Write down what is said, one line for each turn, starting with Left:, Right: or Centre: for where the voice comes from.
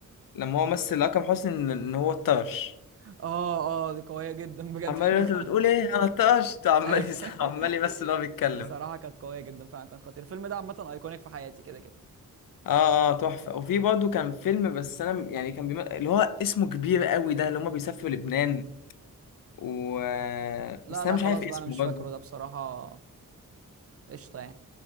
Left: لما هو مثل اكرم حسني ان إن هو اتطرش
Right: اه اه دي قويه جدا بجد
Left: عمال
Right: <laughs> لما
Left: يقول، انت
Right: كانت
Left: بتقول ايه انا اتطرشت <laughs> عمال
Right: ايوه
Left: يس- عمال يمثل وهو بيتكلم
Right: بصراحه كانت قويه جدا فعلا كان خطير الفيلم ده عامه ايكونيك في حياتي كده كده
Left: اه اه تحفه وفي برضه كان فيلم بس انا م- يعني كان بيم... اللي هو اسمه كبير قوي ده اللي هما بيسافروا لبنان و آه،
Right: لا
Left: بس انا
Right: لا
Left: مش
Right: خلاص
Left: عارف اسمه
Right: بقى انا مش
Left: برضه
Right: فاكره ده بصراحه قشطه يعني